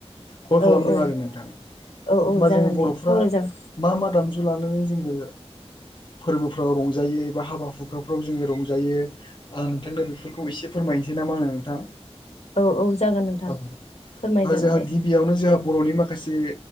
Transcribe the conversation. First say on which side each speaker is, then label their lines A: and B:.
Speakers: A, on the left; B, on the left.
A: कल खालामदों
B: औ औ
A: आरो नोंथां।
B: औ औ
A: होमबा
B: जागोन
A: जों बर'फ्रा
B: दे सावरायजागोन
A: मा मा दामजु लानानै जोङो फोरबोफ्राव रंजायो एबा हाबा हुखाफ्राव जोङो रंजायो। आं नोंथांनो बेफोरखौ एसे फोरमायनोसै ना मा होनो नोंथां?
B: औ औ जागोन नोंथां
A: औ
B: फोरमाय जागोन
A: जोंहा
B: दे।
A: गिबियावनो जोंहा बर'नि माखासे